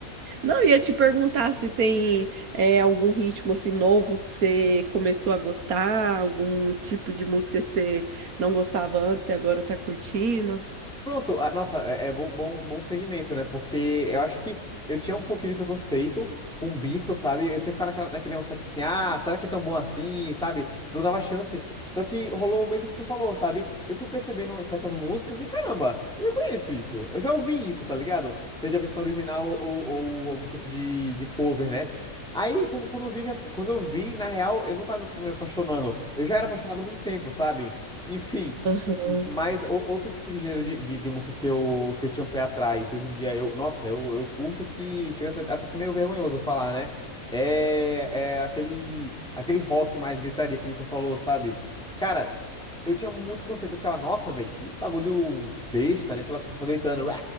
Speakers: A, on the right; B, in the centre.
A: Não, ia te perguntar se tem é, algum ritmo assim novo que você começou a gostar, algum tipo de música que você não gostava antes e agora tá curtindo.
B: Pronto, ah, nossa, é, é bom, bom, bom segmento, né? Porque eu acho que eu tinha um pouquinho de preconceito com o Bito, sabe? Eu sempre ficava naquela, naquele negócio, tipo assim, ah, será que é tão bom assim, sabe? Não dava chance. Só que rolou o mesmo que você falou, sabe? Eu fui percebendo certas músicas e, caramba, eu já conheço isso. Eu já ouvi isso, tá ligado? Seja a versão original ou, ou, ou algum tipo de, de cover, né? Aí, quando, quando eu vi, já, quando eu vi, na real, eu não tava me me apaixonando. Eu já era apaixonado há muito tempo, sabe? Enfim.
A: Aham,
B: Mas o- outro tipo de gênero de, de, de música que eu, que eu tinha um pé atrás, e hoje em dia eu, nossa, eu, eu curto que chega a ser- até ser meio vergonhoso falar, né? É, é aquele, aquele rock mais gritaria, que nem você falou, sabe? Cara, eu tinha muito conceito. Eu ficava, nossa, velho, que bagulho besta, né? Sei lá o que, o pessoal gritando, "Ah",